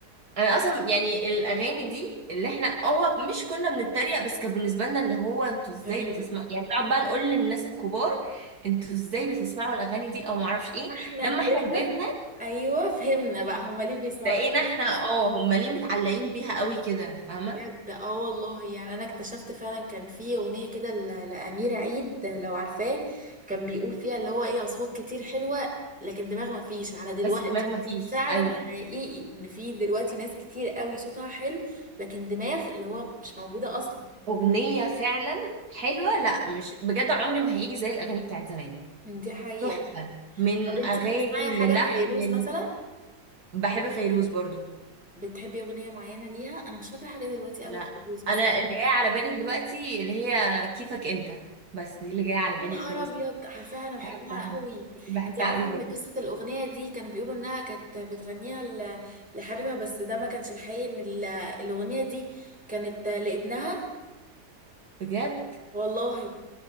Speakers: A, on the right (about 60°); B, in the centre.
A: انا اصلا يعني الاغاني دي اللي احنا هو مش كنا بنتريق بس كان بالنسبه لنا اللي هو انتوا ازاي
B: غريبة
A: بتسمعوا يعني بنقعد بقى نقول للناس الكبار انتوا ازاي بتسمعوا الاغاني دي او معرفش ايه
B: احنا
A: لما
B: كبرنا
A: احنا كبرنا
B: ايوه فهمنا بقى هما ليه بيسمعوا
A: بقينا
B: ده.
A: احنا اه هم ليه متعلقين بيها قوي كده فاهمه
B: بجد اه والله يعني انا اكتشفت فعلا كان في اغنية كده ل- لأمير عيد لو عارفاه كان بيقول فيها اللي هو ايه اصوات كتير حلوة لكن دماغ ما فيش على دلوقتي
A: بس دماغ ما فيش
B: فعلا
A: ايوه
B: حقيقي ان في دلوقتي ناس كتير قوي صوتها حلو لكن دماغ اللي هو مش موجودة اصلا
A: اغنيه فعلا حلوه لا مش بجد عمري ما هيجي زي الاغاني بتاعت زمان
B: دي حقيقة
A: تحفه من
B: طب انتي
A: اغاني
B: بتسمعي
A: للحن
B: حاجة لفيروز
A: ل...
B: مثلا
A: بحب فيروز برضو
B: بتحبي اغنيه معينه ليها انا مش فاكره حاجه دلوقتي
A: لا
B: قوي الفيروز بس
A: انا اللي جاي على بالي دلوقتي اللي هي كيفك انت بس دي اللي جايه على
B: يا
A: بالي
B: نهار
A: فيروز
B: ابيض عارفاها انا بحبها
A: بحبها
B: قوي
A: بحبها
B: انت عارفه
A: قوي
B: ان
A: برضه
B: قصه الاغنيه دي كانوا بيقولوا انها كانت بتغنيها ل- لحبيبها بس ده ما كانش الحقيقي ان ال- الاغنيه دي كانت لابنها
A: بجد
B: والله